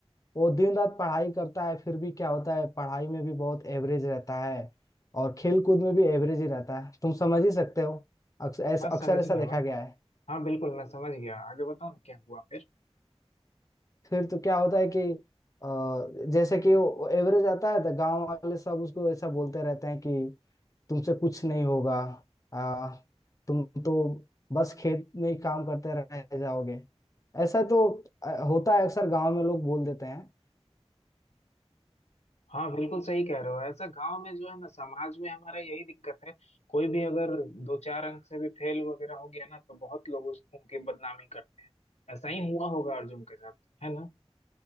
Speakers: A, on the left (about 30°); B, on the left (about 85°).
A: वो दिन रात पढ़ाई करता है फिर भी क्या होता है पढ़ाई में भी बहुत एवरेज रहता है और खेल कूद में भी एवरेज ही रहता है तुम समझ ही सकते हो अक्सर ऐसा
B: हाँ
A: अक्सर
B: समझ
A: ऐसा
B: गया
A: देखा
B: मैं
A: गया है
B: हाँ बिल्कुल मैं समझ गया आगे बताओ ना क्या हुआ फिर
A: फिर तो क्या होता है कि अ, जैसे कि वो एवरेज आता है तो गांव वाले सब उसको ऐसा बोलते रहते हैं कि तुमसे कुछ नहीं होगा आ, तुम तो बस खेत में ही काम करते रह जाओगे ऐसा तो अ, होता है अक्सर गांव में लोग बोल देते हैं
B: हाँ बिल्कुल सही कह रहे हो ऐसा गांव में जो है ना समाज में हमारा यही दिक्कत है कोई भी अगर दो चार अंक से भी फेल वगैरह हो गया ना तो बहुत लोग उस उनकी बदनामी करते हैं ऐसा ही हुआ होगा अर्जुन के साथ है ना